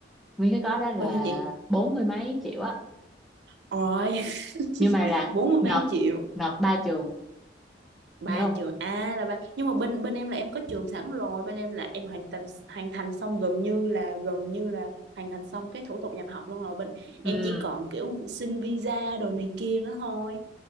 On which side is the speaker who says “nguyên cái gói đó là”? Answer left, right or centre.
Centre